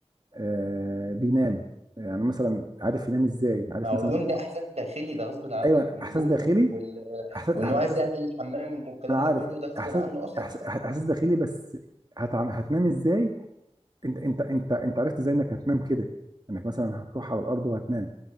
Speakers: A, on the right; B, on the right.
A: آه بينام يعني مثلا عارف ينام ازاي عارف
B: ما هو
A: مثلا
B: اليوم ده احساس داخلي ده غصب عنه
A: ايوه
B: والجوع
A: احساس داخلي
B: وال
A: احساس
B: وان
A: احساس
B: هو عايز يعمل
A: ما
B: حمام والكلام
A: انا
B: ده
A: عارف
B: كله ده غصب
A: احساس
B: عنه اصلا
A: احساس إحساس داخلي بس هتعم... هتنام ازاي انت انت انت انت عرفت ازاي انك هتنام كده انك مثلا هتروح على الارض وهتنام